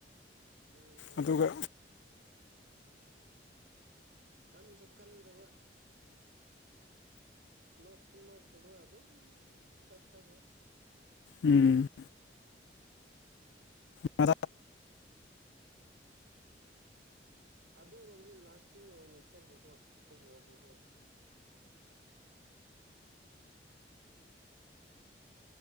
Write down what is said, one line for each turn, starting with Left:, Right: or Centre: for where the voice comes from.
Right: ꯎꯝ ꯑꯗꯨꯝ
Left: ꯑꯗꯨꯒ
Right: ꯀꯟꯁꯨ ꯀꯟꯗꯕ ꯅꯣꯛꯁꯨ ꯅꯣꯛꯇꯕ ꯑꯗꯨꯝ ꯆꯠꯊꯕ
Left: ꯎꯝ ꯃ
Right: ꯑꯗꯨꯅꯗꯤ ꯂꯥꯁꯇꯤꯡ ꯑꯣꯏꯅ ꯆꯠꯄꯀꯣ ꯐꯨꯠꯕꯣꯗꯨꯁꯦ